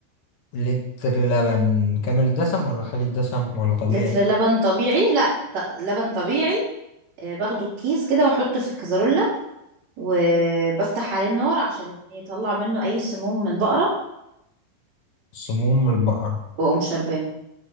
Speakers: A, on the left; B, on the right.
A: لتر لبن كامل الدسم ولا خالي الدسم ولا طبيعي
B: لتر لبن طبيعي لا ط- لبن طبيعي آه، باخده الكيس كده واحطه في الكازرولة وبفتح عليه النار عشان يطلع منه اي سموم من البقرة
A: سموم البقرة
B: واقوم شارباه